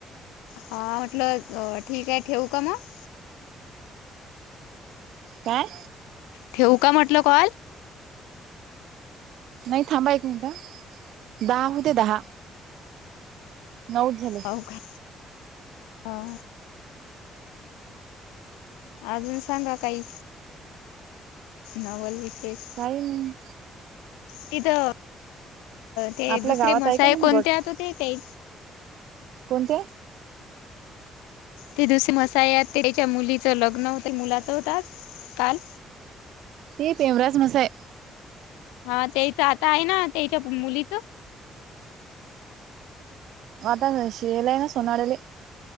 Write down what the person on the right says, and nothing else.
काय?
नाही थांबा एक मिनटं हा, दहा होऊदे दहा. नऊच झाले
काही नाही.
आपल्या
गावात
आहे का मग
गट
कोणते?
ते पेवराज मसाय.
आता शेयेले आयना सोनारले.